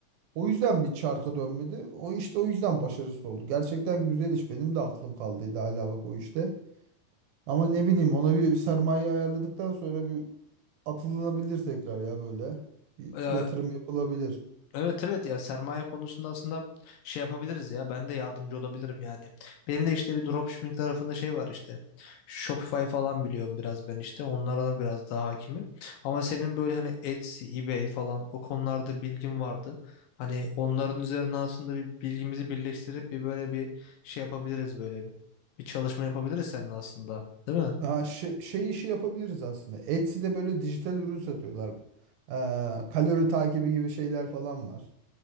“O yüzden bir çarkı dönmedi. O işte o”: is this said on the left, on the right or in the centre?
Right